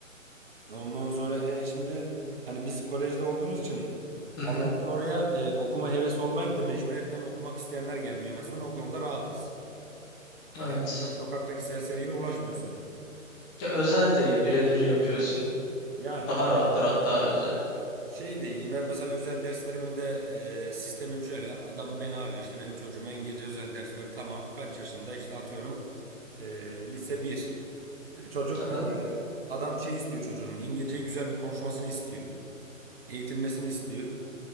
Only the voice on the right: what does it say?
Ondan sonra e, şimdi hani biz kolejde olduğumuz için
Allah'tan
oraya e, okuma hevesi olmayıp da mecburiyetten okumak isteyenler gelmiyor. En azından o konuda rahatız. Yani
en azından sokaktaki serseriyle uğraşmıyorsun.
Yani
aynen
öyle.
Şey de iyi. Ben mesela özel derslerimi de e, sistemim şöyle. Adam beni arıyor. işte benim çocuğuma İngilizce özel ders ver. Tamam. Kaç yaşında? İşte atıyorum e, lise bir Hani çocuk
e, adam şey istiyor çocuğunun. İngilizceyi güzel bir konuşmasını istiyor. Eğitilmesini istiyor.